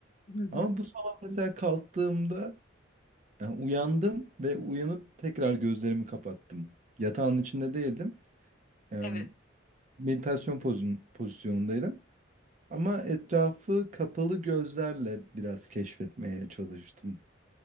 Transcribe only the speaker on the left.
Hı hı.
Evet.